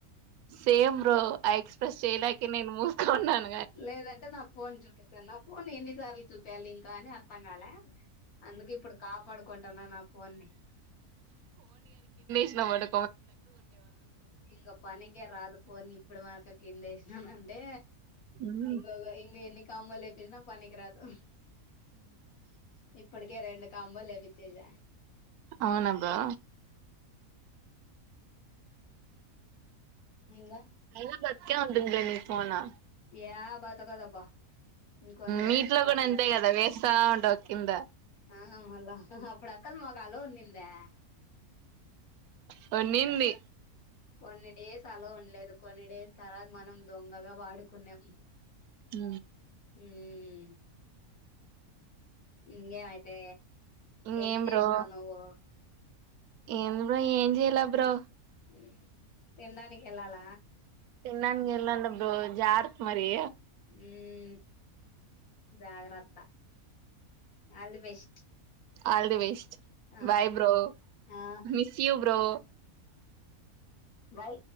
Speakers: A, on the right; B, on the left.
A: సేమ్ బ్రో ఆ ఎక్స్ప్రెస్ చేయలేకే నేను మూస్ కున్నాను.
B: లేదంటే నా ఫోన్ చూపిస్తాను. నా ఫోన్ ఎన్ని సార్లు చూప్ పెళ్లి ఇంకా అని అర్థం కాలే. అందుకు ఇప్పుడు కాపాడుకుంటున్నా నా ఫోన్ని.
A: నముఅను
B: ఇంగా పనికే రాదుపోని ఇప్పుడు దాక కింద ఎసినాను అంటే
A: ఉమ్
B: ఇగోగో ఎన్ని కామాలే అయిన పనికిరాదు. ఇప్పటికే రెండు కమ్మాలేపిచ్చేసా.
A: అవునబ్బా.
B: ఇంగా
A: అయినా బతికే ఉంటుంది లే నీ ఫోను.
B: యా బతకదబ్బా ఇంకొన్ని రోజులు
A: నీట్లో
B: బతకదు
A: కూడా అంతే కదా వేస్తా ఉంటావు కింద
B: ఆ మల్ల హ అప్పుడు అసలు మాకు అలో ఉన్నిందా
A: కొన్నింది
B: కొన్ని డేస్ అలో ఉండలేదు. కొన్ని డేస్ తర్వాత మనం దొంగగా వాడుకున్నాం.
A: ఆ
B: ఊం ఇంగే అయితే
A: ఇంకేం
B: ఎన్ని చేసినావు
A: బ్రో
B: నువ్వు
A: ఏం బ్రో ఏం చెయాల బ్రో.
B: ఉ తినడానికెళ్ళాలా.
A: నడానికి ఎళ్ళాలట బ్రో జాగ్రత్త మరి.
B: ఊ మ్ జాగ్రత్త all the best
A: all the best
B: ఆ
A: బాయ్ బ్రో
B: ఆ
A: మిస్ యు బ్రో
B: వై